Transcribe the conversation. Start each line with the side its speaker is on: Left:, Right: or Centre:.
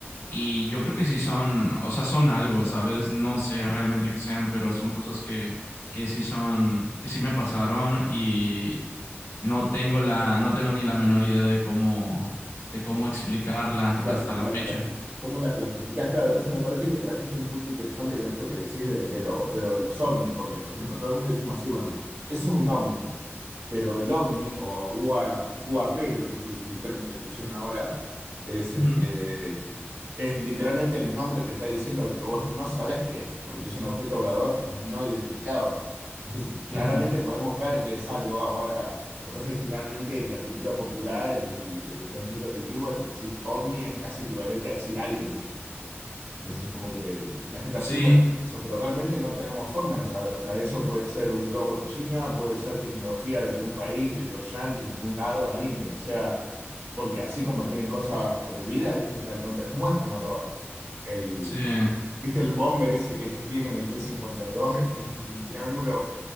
Left: Y yo creo que sí son, o sea, son algo, ¿sabes? No sé realmente qué sean, pero son cosas que, que sí son, que sí me pasaron y no tengo la, no tengo ni la menor idea de cómo, de cómo explicarla
Right: Claro,
Left: hasta
Right: ¿cómo
Left: la
Right: las
Left: fecha.
Right: clasi- cómo las clasificás? Claro, pues me parece que trajiste un punto interesante con esto que decís de, de lo, de lo de los ovnis, porque, por ejemplo, todo el mundo decimos, sí, bueno, eso es un ovni, pero el ovni, o UA UAP creo que es, el, que es el término que le pusieron ahora, es este,
Left: Ujú,
Right: es literalmente el nombre te está diciendo de que vos no sabés qué es, porque es un objeto volador no identificado. Entonces, claramente
Left: ujú.
Right: podemos ver que es algo ahora. Lo que pasa es que generalmente en la cultura popular, en el, en el consciente colectivo, es decir ovni es casi equivalente a decir aliens. Entonces, como que la gente asume
Left: Sí,
Right: eso, pero realmente no tenemos forma de saber. O sea, eso puede ser un globo china, puede ser tecnología de algún país, de los yanquis, de algún lado, de alguien que no sea. Porque así como tienen cosas prohibidas, ¿viste? O sea, no te las muestran a todas. El,
Left: sí,
Right: ¿viste viste el bomber ese que ellos tienen, el B-52, el que es como un triángulo,